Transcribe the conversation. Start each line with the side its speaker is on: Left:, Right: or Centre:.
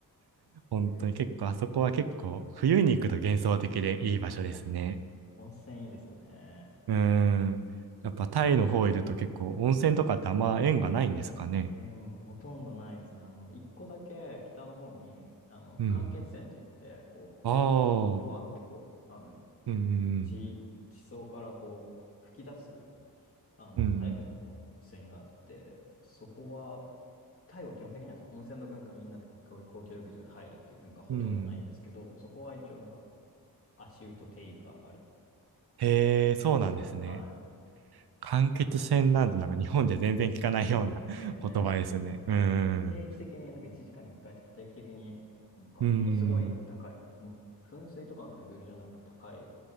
Right: <laughs> 本当に結構、
Left: え
Right: あそこは結構、
Left: ー、
Right: 冬に行くと幻想的でいい場所ですね。
Left: はい温泉いいですよね。
Right: うん。やっぱタイの方いると結構温泉とかってあんま縁がないんですかね。
Left: え、うん、ほとんどないですね。あの、一個だけ北の方に、あの、
Right: うん。
Left: 間欠泉って言って、こう、
Right: あ
Left: ブワーってこう、
Right: あ、
Left: あの、
Right: うん、
Left: 地、地層からこう、吹き出す、あの、
Right: うん、
Left: タイプのお温泉があって、そこは、タイは基本的にはその温泉の文化みんなでこう公公共浴場で入るっていう文化ほとんどないんですけど、
Right: うん。
Left: そこは一応なんか足湯と手湯がある、
Right: へえ、そうなんですね。
Left: ありますね。はい。
Right: 間欠泉なんて、なんか日本じゃ全然聞かないような <laughs>
Left: ないですよね。
Right: 言葉ですね。うん、
Left: 定期的に、なんか1時間に1回とか定期的に、なんかものすごい高い、
Right: うん。
Left: もう噴水とかのレベルじゃなく高い、